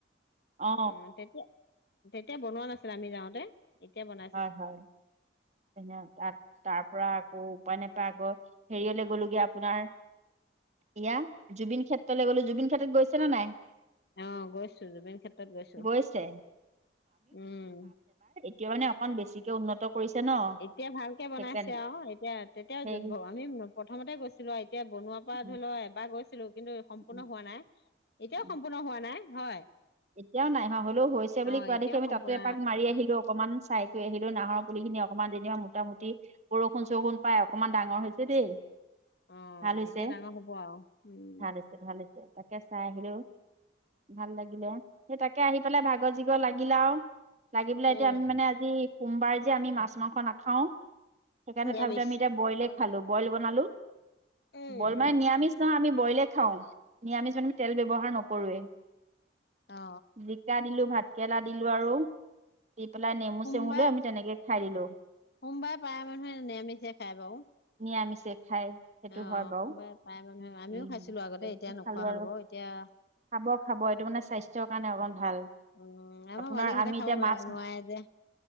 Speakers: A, on the right; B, on the left.
A: অ
B: উম, তেতিয়া-তেতিয়া বনোৱা নাছ নামি যাওঁতে এতিয়া বন
A: হয়, হয় এনেওঁ তাত, তাৰ পৰা আকৌ উপায় নপায় আকৌ হেৰিয়লৈ গ'লোগে আপোনাৰ ইয়া জুবিন ক্ষেত্ৰলৈ গ'লো। জুবিন ক্ষেত্ৰত গৈছে নে নাই?
B: আহ গৈছো জুবিন ক্ষেত্ৰত গৈছো।
A: গৈছে
B: উম
A: কিয় ন <unintelligible> অকণ বেছিকে উন্নত। কৰিছে ন
B: এতিয়া ভালকে বনাইছে
A: সেইকাৰণে
B: আৰু এতিয়া তেতিয়াও
A: সেই
B: আমি। প্ৰথমতে গৈছিলোি। এতিয়া বনোৱাৰ পৰা
A: উম,
B: ধৰি লও এবাৰ গৈছে। ছিলো কিন্তু সম্পূৰ্ণ
A: উম,
B: হোৱা নাই। এতিয়াও
A: উম।
B: সম্পূৰ্ণ হোৱা নাই। হয়।
A: এতিয়াও নাই ন হলেও হৈছে বুলি
B: অ
A: কোৱা
B: এতিয়াও
A: দেখি আমি
B: সম্পূৰ্ণ
A: তাতো এপাক মাৰি আহিলো অকনমান চাই থৈ আহিলো নাহৰ পুলি খিনি অকণমান। এতিয়া মোটামুটি বৰষুণ চৰষুণ পাই অকনমান ডাঙৰ হৈছে দেই।
B: অ
A: ভাল হৈছে
B: এতিয়া ডাঙৰ হ'ব আৰু উম
A: ভাল হৈছে ভাল হৈছে তাকে চাই আহিলো। ভাল লাগিলে। সেই তাকে আহি পেলাই ভাগৰ জিগৰ লাগিলে আৰু। লাগি পেলাই
B: উম
A: এতিয়া আমি মানে আজি। সোমবাৰে যি আমি মাছ মাংস নাখাও। খাওঁ সেইকাৰণে
B: নিৰামিষ
A: তথাপিতো আমি এতিয়া বইলে। খালো বইল বনালো।
B: উম
A: বল মানে নিয়ামিছ। আমি বইলে খাওঁ ন আমি য তেল ব্যৱহাৰ নকৰোৱে।
B: অ
A: জিকা দিলো ভাত। ভাতকেৰেেলা দিলো আৰু। দি পেলাই নেমু
B: সোমবাৰে
A: চেমুু লৈ আমি তেনেকে। সাৰিলো।
B: সোমবাৰে প্ৰায় মানুহে নিৰামিছে খাই বাৰু।
A: নিৰামিষে খায় সেইটো
B: অহ
A: হয় বাৰু
B: সোমবাৰে প্ৰায় মানুহে আমিও
A: উম
B: খাইছিলো আগতে
A: তেনেকে
B: এতিয়া নোখোৱা
A: খালো
B: হ'ল
A: আৰু
B: বাৰু এতিয়া।
A: খাব খাব এইটো মানে। স্বাস্থ্যৰ কাৰণে অকণ ভাল।
B: উম, আমাৰ
A: আপোনাৰ
B: মালিকহঁতে
A: আমি
B: খাব
A: এতিয়া
B: বেয়া
A: মাছ
B: নোৱাৰে যে